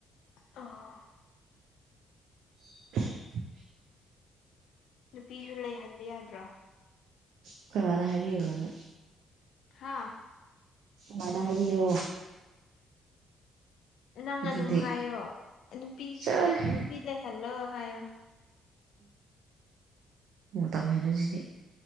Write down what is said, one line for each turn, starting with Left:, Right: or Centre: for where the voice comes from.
Left: ꯑ <unintelligible>
Right: <unintelligible>
Left: ꯅꯨꯄꯤꯁꯨ ꯂꯩꯍꯟꯕ ꯌꯥꯗ꯭ꯔꯣ
Right: ꯑꯩꯈꯣꯏꯃꯥꯗ ꯍꯥꯏꯕꯤꯌꯨꯔꯅ
Left: ꯍꯥꯥ
Right: ꯃꯗꯥ ꯍꯥꯏꯕꯤꯌꯣ
Left: ꯅꯪ
Right: ꯑꯗꯨꯗꯤ
Left: ꯑꯗꯨꯝ ꯍꯥꯏꯌꯣ ꯅꯨꯄꯤꯁꯨ
Right: ꯆꯠꯂꯣꯍꯦ
Left: ꯅꯨꯄꯤ ꯂꯩꯍꯜꯂꯣ ꯍꯥꯏꯌꯣ
Right: ꯎꯝ ꯃꯇꯝꯍꯦꯜꯂꯦꯁꯤꯗꯤ